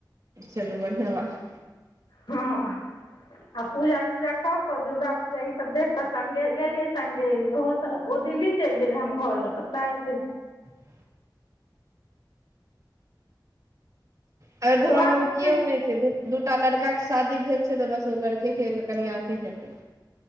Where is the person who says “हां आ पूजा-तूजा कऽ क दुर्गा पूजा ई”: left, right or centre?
Left